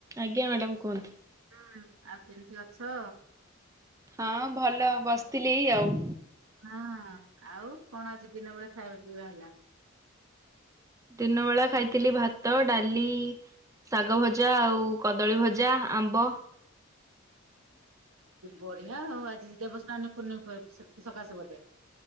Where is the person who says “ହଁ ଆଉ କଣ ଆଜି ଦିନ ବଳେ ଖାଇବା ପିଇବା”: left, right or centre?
Right